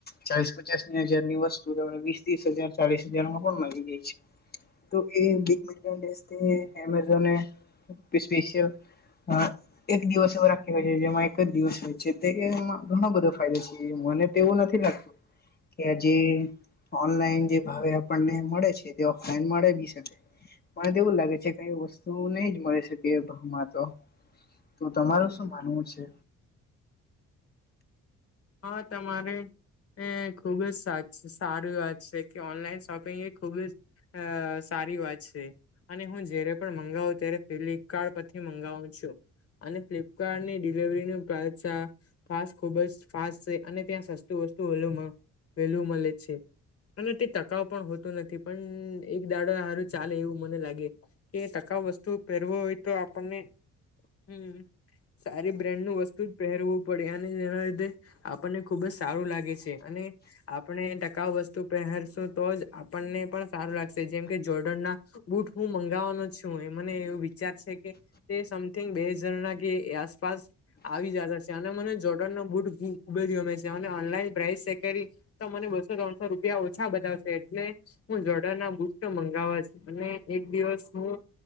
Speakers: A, on the left; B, on the left.
A: ચાલીસ પચાસ ની હજારની વસ્તુ તમને. ત્રીસ હજાર ચાલીસ હજાર માં પણ મળી જાય છે. તો એ બિગ મિલ્ટન ડેસ્ટ એમેઝોન એ. સ્પેશિયલ અ એક દિવસ એવો રાખી હોય છે જેમાં એક જ દિવસ હોય છે. એમાં ઘણો બધો ફાયદો છે મને તો એવું નથી લાગતું કે આજે. ઓનલાઈન જે ભાવે આપણને મળે છે તે ઓફલાઈન મળે બી શકે. મને તો એવું લાગે છે કઈ વસ્તુ નહી જ મળી શકે એ ભાવ માં તો. તો તમારું શું માનવું છે.
B: હા તમારે એ ખુબ જ સાચ છે સારી વાત છે કે ઓનલાઈન શોપ. તે ખુબ અ સારી વાત છે અને હું જારે પણ મંગાવું ત્યારે ફ્લિપકાર્ટ પરથી મંગાવું છું. અને ફ્લિપકાર્ટની ડિલવરીનું પ્રઇસ ફાસ ખુબ જ. ફાસ્ટ છે અને ત્યાં સસ્તુ વસ્તુ વેલુ મળે છે. અને તે ટકાઉ પણ હોતું નથી પણ એક દાડો હારું ચાલે એવું મને લાગે. કે ટકાઉ વસ્તુ પહેરવો હોય તો આપણને હમ. સારી બ્રેાન્ડ નું વસ્તુ જ પહેરવું પડે અને જેના લીધે. આપણને ખુબ જ સારું લાગે છે અને. આપણે ટકાઉ વસ્તુ પહેરશું તો જ આપણને પણ સારું લાગશે જેમ કે જોર્ડન ના. બૂટ હું મંગાવવાનો છું એ મને એવું વિચાર છે કે. તે સમથિંગ બે હજાર ના કે આસપાસ આવી જતા છે અને મને જોટણનો બુટ. ખૂબ જ ગમે છે અને ઓનલાઈન પ્રાઇસ ચેક કરી તો મને બસો ત્રણસો રૂપિયા ઓછા બતાવશે એટલે હું જોડાન ના બુટ તો મંગાવવા છ અને એક દિવસ હું.